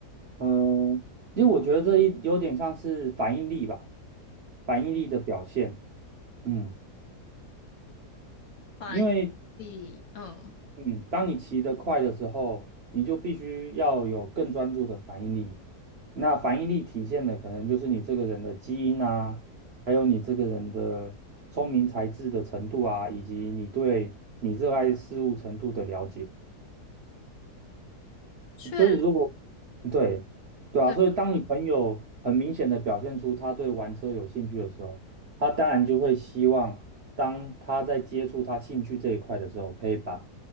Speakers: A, on the right; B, on the left.
A: 嗯，因为我觉得这一有点像是反应力吧，反应力的表现。嗯，
B: 反应力嗯，
A: 因为嗯，当你骑得快的时候，你就必须要有更专注的反应力。那反应力体现的可能就是你这个人的基因啊，还有你这个人的聪明才智的程度啊，以及你对你热爱事物程度的了解。
B: 确实，
A: 所以如果对对啊，
B: 对，
A: 所以当你朋友很明显的表现出他对玩车有兴趣的时候，他当然就会希望，当他在接触他兴趣这一块的时候，可以把